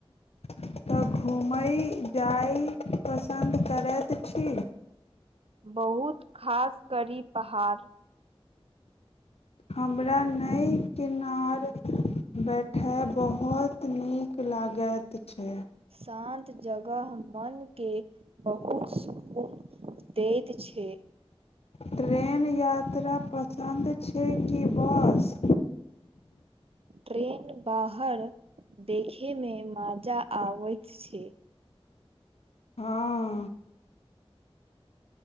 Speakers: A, on the left (about 80°); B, on the right (about 70°).
A: तऽ घूमय जाय पसन्द करैत छी
B: बहुत खास कड़ी पहाड़
A: हमरा नव किनार बैठय बहुत नीक लागैत छै
B: शान्त जगह मन के बहुत सुकून दैत छै
A: ट्रेन यात्रा पसन्दद छै छै की बॉस
B: ट्रेन बाहर देखयमे मजा आबैत छै
A: हँ